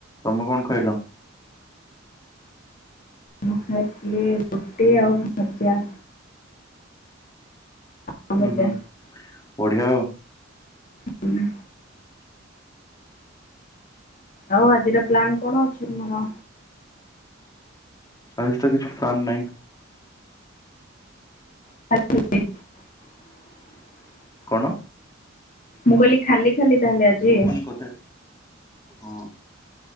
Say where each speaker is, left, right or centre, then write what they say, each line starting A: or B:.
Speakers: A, on the left; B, on the left.
A: ତମେ କଣ ଖାଇଲ?
B: ମୁଁ ଖାଇଥିଲି ରୁଟି ଆଉ ଭଜା। ଆଉ
A: ହୁଁ
B: ଭଜା
A: ହୁଁ ବଢିଆ ଆଉ।
B: ହୁଁ। ଆଉ ଆଜିର ପ୍ଲାନ କଣ ଅଛି ତୁମର।
A: ଆଜି ତ କିଛି ପ୍ଲାନ୍ ନାହିଁ।
B: <inaudible>
A: କଣ?
B: ମୁଁ କହିଲି ଖାଲି ଖାଲି ତାହେଲେ ଆଜି।
A: ଶୁଭୁନି କଥା ହଁ।